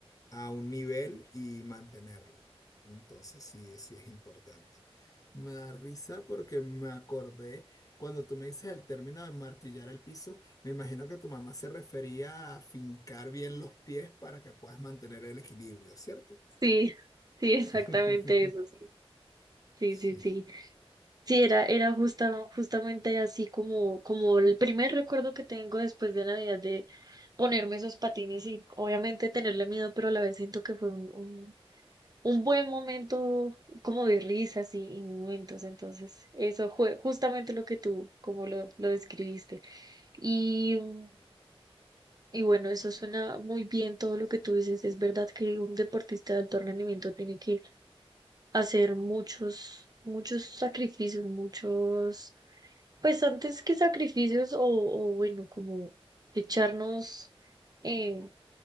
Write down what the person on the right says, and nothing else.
Sí, sí, exactamente
eso, sí. Sí,
sí, sí. Sí, era, era justa, justamente así como, como el primer recuerdo que tengo después de Navidad de ponerme esos patines y obviamente tenerle miedo, pero a la vez siento que fue un, un- un buen momento como de risas y, y momentos. Entonces, eso fue justamente lo que tú, como lo, lo describiste. Y, mm, y bueno, eso suena muy bien todo lo que tú dices. Es verdad que un deportista de alto rendimiento tiene que hacer muchos, muchos sacrificios, muchos, pues antes que sacrificios o, o bueno, como echarnos... eh,